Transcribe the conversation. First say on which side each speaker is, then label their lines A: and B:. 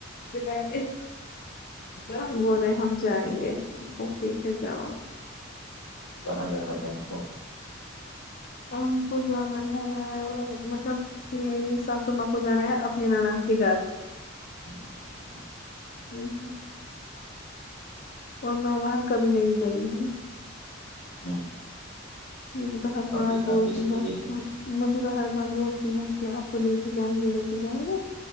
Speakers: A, on the left; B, on the left.
A: بول رہے ہم جائیں گے تو تو ٹھیک ہے جائو اپ
B: کہاں جانا تھا ان کو
A: ان کو جانا ہے مطلب میری ساسو ماں کو جانا ہے اپنے نانند کے گھر
B: اچھا
A: ہمم اور میں وہاں کبھی نہیں گئی ہوں
B: ہوں
A: مھجے تو ہر
B: آپ
A: بار
B: بھی
A: بولتی
B: آپ بھی چلے
A: ہیں
B: جائیے
A: مجھے تو ہر بار بولتی ہیں کی آپ کو لے کے جائیں گے لے کے جائیں گے